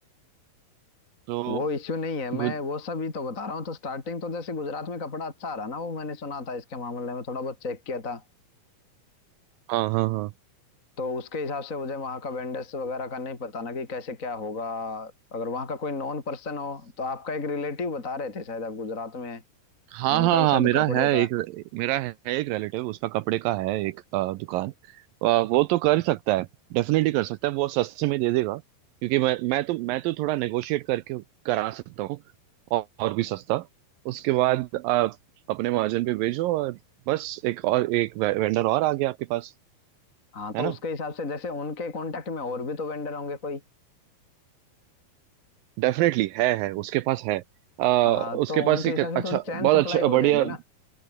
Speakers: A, on the right (about 80°); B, on the left (about 20°).
A: तो
B: वो इश्यू नहीं है मैं
A: गुज
B: वो सब ही तो बता रहा हूँ तो स्टार्टिंग तो जैसे गुजरात में कपड़ा अच्छा आ रहा ना वो मैंने सुना था इसके मामले में थोड़ा बहुत चेक किया था
A: हाँ हाँ हाँ
B: तो उसके हिसाब से मुझे वहाँ का वेंडर्स वगैरह का नहीं पता ना कि कैसे क्या होगा अगर वहाँ का कोई नॉन पर्सन हो तो आपका एक रिलेटिव बता रहे थे शायद आप गुजरात में हैं,
A: हाँ
B: उनका
A: हाँ
B: भी
A: हाँ
B: शायद
A: मेरा
B: कपड़े
A: है
B: का
A: एक
B: है।
A: मेरा है एक रिलेटिव उसका कपड़े का है एक अ, दुकान अ, वो तो कर सकता है डेफिनेटली कर सकता है वो सस्ते में दे देगा क्योंकि मैं मैं तो मैं तो थोड़ा नेगोशिएट करके करा सकता हूँ और, और भी सस्ता उसके बाद आप अपने मार्जिन पे भेजो और बस एक और एक वे- वेंडर और आ गया आपके पास
B: हाँ तो
A: है ना
B: उसके हिसाब से जैसे उनके कांटेक्ट में और भी तो वेंडर होंगे कोई
A: डेफिनेटली है है उसके पास है अ,
B: हाँ
A: उसके
B: तो उनके
A: पास एक
B: हिसाब
A: अच्छा
B: से थोड़ी चैन
A: बहुत
B: सप्लाई
A: अच्छा
B: हो
A: बढ़िया
B: जाएगी ना